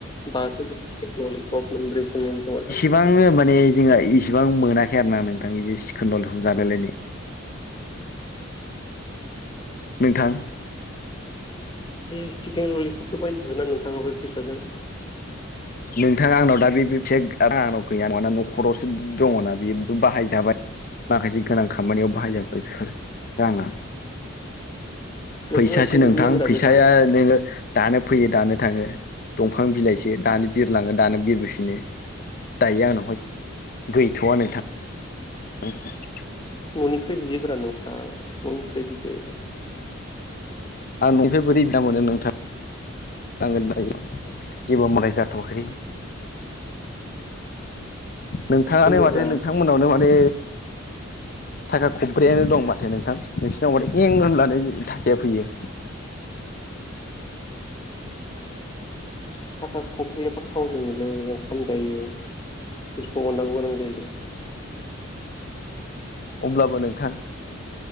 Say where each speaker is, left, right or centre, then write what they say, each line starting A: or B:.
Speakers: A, on the left; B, on the left.
A: सिकेन ललिफब मोनब्रैसो मोनगोन खोमा दां
B: आं माने जोंहा इसिबां मोनाखै आरो ना नोंथां बिदि सिखेनल ललिफब जालाय लायनो नोंथां
A: बे सिकेन ललिपथ' बायनोगोन ना नोंथाङा बे फैसाजों
B: नोंथाङा आंनाव दा बे फैसाया आंनाव गैया नङाना न'खरावसो दङना बेबो बाहायजाबाय माखासे गोनां खामानियाव बाहायजाबाय बेफोर राङा
A: नोंथाङा
B: फैसासो
A: दिहुनफिननोब्रा
B: नोंथां फैसाया
A: बे रां
B: नोङो दानो फैयो दानो थाङो दंफां बिलाइसो दानो बिरलाङो दानो बिरबोफिनो दायो आंनावहाय गैथ'वा नोंथां <inaudible>
A: न'निफ्राय बिदोब्रा नोंथां न'निफ्राय बिदो
B: आं ननिफ्राय बोरै बिना मोनो नोंथां नांगोन दायो जेबो माय जाथ'वाखै नोंथाङानो
A: होनदोब्रा
B: माथे नोंथांमोनावनो माने साखा खब्रैयानो दं माथो नोंथां नोंसिनाव माथो इं होनबानो थाखाया फैयो
A: साखा खबब्रैयाबा थाव लोङोलै ओंखाम जायो बेखौ अननांगौ गोनां जायो
B: अब्लाबो नोंथां